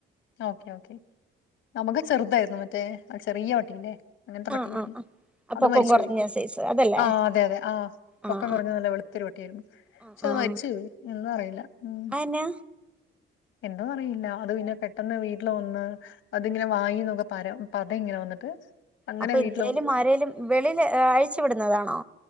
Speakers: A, on the left (about 80°); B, in the centre.
A: ഓക്കെ ഓക്കെ നമുക്ക് ചെറുതായിരുന്നു. മറ്റേ ചെറിയ പട്ടീല്ലേ. അങ്ങനത്തെ പട്ടിയായിരുന്നു.
B: ആഹ് ആഹ് ആഹ് ആ
A: അത്
B: പൊക്കം
A: മരിച്ചുപയി.
B: കുറഞ്ഞ സൈസ് അതല്ലേ
A: ആ അതെ അതെ ആഹ്
B: ആഹ്
A: പൊക്കം കുറഞ്ഞ
B: ആഹ്
A: നല്ല വെളുത്തെരു പട്ടിയായിരുന്നു.
B: ആഹ്
A: പക്ഷെ
B: ആഹ്
A: അത് മരിച്ചു പോയി. എന്താന്ന് അറിയില്ല. ഉം
B: അതെന്നാ
A: എന്തോ അറിയില്ല. അത് പിന്നെ പെട്ടെന്ന് വീട്ടില് വന്ന് അതിങ്ങനെ വായിന്നൊക്കെ പര പത ഇങ്ങനെന്നിട്ട്. വന്നിട്ട് അങ്ങനെ
B: അപ്പൊ എന്തേലും
A: വീട്ടില്
B: ആരേലും വെളിയിൽ അഴിച്ചു വിടുന്നതാണോ?